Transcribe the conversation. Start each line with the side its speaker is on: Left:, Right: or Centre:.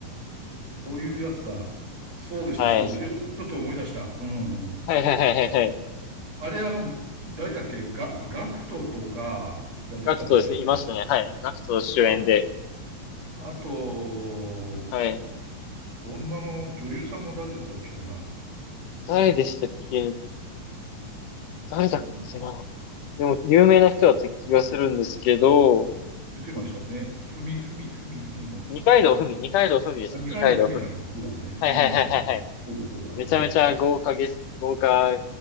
Right: そういうやつだ。そうでした、
Left: はい。
Right: そうでした。えちょっと思い出した。うんうん。
Left: はいはいはいはいはい。
Right: あれ、あの、誰だっけ、が、ガクトとかが出てたんでしたっけ
Left: ガクトですね。いましたね。はい。ガクト主演で、
Right: あ、あと、
Left: はい。
Right: 女の女優さんが誰でしたっけかな。
Left: 誰でしたっけ誰だっけな
Right: うん、
Left: でも、有名な人だった気がするんですけど、
Right: ふ出てましたね。ふみ、ふみ、ふみ、ふみの。
Left: 二階堂ふみ、
Right: うん。
Left: 二階堂ふみですね、
Right: まあ二階堂ふみだね。
Left: 二階堂ふみ。
Right: そうだね。出てましたよ。
Left: はいはいはいはいはい。
Right: そうだ、そうだ。
Left: めちゃめちゃ豪華ゲス、
Right: 思い出した。
Left: 豪華